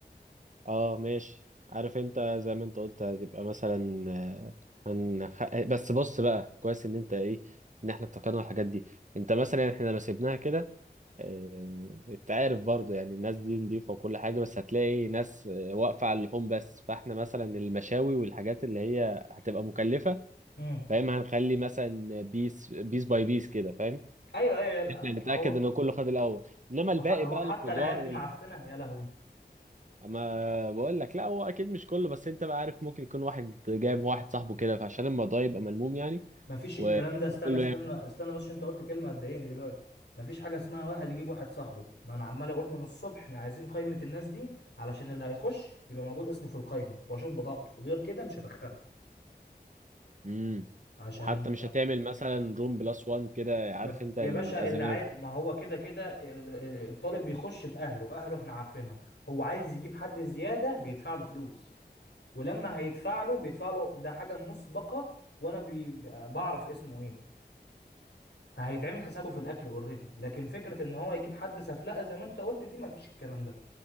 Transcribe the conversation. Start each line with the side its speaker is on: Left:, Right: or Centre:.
Right: اه ماشي عارف انت زي ما انت قلت هتبقى مثلا آه هنخ... بس بص بقى كويس ان انت ايه ان احنا افتكرنا الحاجات دي انت مثلا احنا لو سيبناها كده آه انت عارف برضو يعني الناس دي نضيفة وكل حاجة بس هتلاقي ناس آه، واقفة على اللحوم بس فاحنا مثلا المشاوي والحاجات اللي هي هتبقى مكلفة
Left: امم
Right: فاهم هنخلي مثلا بيس بيس باي بيس كده فاهم
Left: ايوه ايوه لا،
Right: احنا نتأكد
Left: هو
Right: ان كله خد الاول انما
Left: هو
Right: الباقي
Left: ح- هو
Right: بقى
Left: حتى
Right: الخضار
Left: العيال دي معفنه يا لهوي
Right: ما بقول لك لا هو اكيد مش كله بس انت بقى عارف ممكن يكون واحد جايب واحد صاحبه كده فعشان الموضوع يبقى ملموم يعني
Left: ما فيش الكلام
Right: و-
Left: ده استنى
Right: وكله
Left: استنى
Right: ياخد
Left: استنى بس عشان انت قلت كلمه هتضايقني دلوقتي ما فيش حاجه اسمها واحد يجيب واحد صاحبه ما انا عمال اقول من الصبح احنا عايزين قائمه الناس دي علشان اللي هيخش يبقى موجود اسمه في القائمه واشوف بطاقته غير كده مش هدخله
Right: امم
Left: عشان
Right: حتى مش هتعمل مثلا روم بلس وان كده عارف
Left: ما في...
Right: انت
Left: يا
Right: للازمات
Left: باشا اللي عايز ما هو كده كده ال- ال- الطالب بيخش باهله اهله احنا عارفينهم هو عايز يجيب حد زياده بيدفع له فلوس ولما هيدفع له بيدفع له ده حاجه مسبقه وانا بي... بعرف اسمه ايه فهيتعمل حسابه في الاكل اوريدي لكن فكره ان هو يجيب حد سفلقه زي ما انت قلت دي مفيش الكلام ده